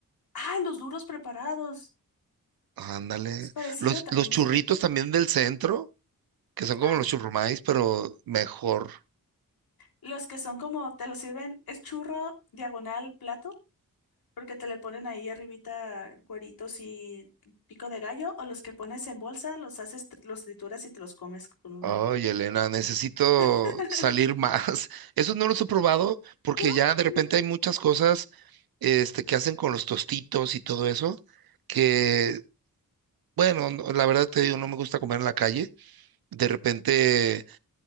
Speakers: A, on the left; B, on the right.
A: Ah, los duros preparados.
B: Ándale.
A: Es parecido,
B: Los,
A: también
B: los churritos
A: es frito.
B: también del centro, que son
A: Ah,
B: como los churrumais, pero mejor.
A: los que son como, te lo sirven, es churro diagonal plato, porque te le ponen ahí arribita cueritos y pico de gallo, o los que pones en bolsa, los haces, tr- los trituras y te los comes con un
B: Ay,
A: hoyito.
B: Elena, necesito
A: <laughs>
B: salir más. <laughs> Esos no los he probado porque
A: ¿No?
B: ya de repente
A: Sí.
B: hay muchas cosas este, que hacen con los tostitos y todo eso, que, bueno, no- la verdad te digo, no me gusta comer en la calle. De repente,